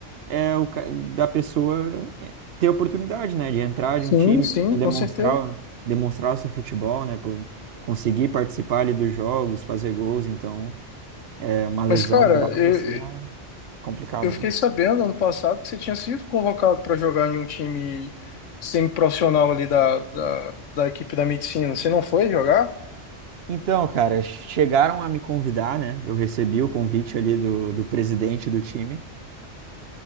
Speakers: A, on the right (about 60°); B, on the left (about 85°).
A: é o ca- da pessoa ter oportunidade, né, de entrar
B: sim,
A: de um time,
B: sim,
A: poder demonstrar,
B: com certeza.
A: demonstrar o seu futebol, né, por conseguir participar ali dos jogos, fazer gols, então é uma lesão
B: Mas, cara,
A: grave
B: eu,
A: assim é complicado,
B: eu fiquei
A: né?
B: sabendo ano passado que você tinha sido convocado para jogar em um time semi-profissional ali da, da, da equipe da medicina. Você não foi jogar?
A: Então, cara, chegaram a me convidar, né? Eu recebi o convite ali do, do presidente do time.